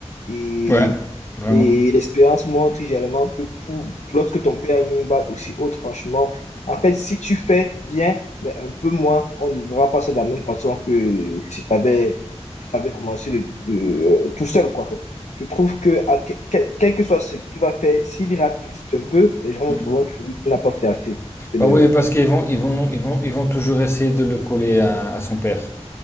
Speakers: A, on the left; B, on the left.
A: et,
B: Ouais, vraiment.
A: et l'expérience montre également que pour, lorsque ton père a mis une barre aussi haute, franchement, en fait, si tu fais bien, mais un peu moins, on ne verra pas ça de la même façon que si tu avais, si t'avais commencé de, de- euh, tout seul, quoi. Je trouve que, à que- quel, quel que soit ce qu'il va faire, s'il rate juste un peu, les gens
B: Mm.
A: trouveront toujours qu'il n'a pas fait assez. C'est le,
B: Bah oui, parce qu'ils vont, ils vont, ils vont, ils vont toujours essayer de le coller à, à son père.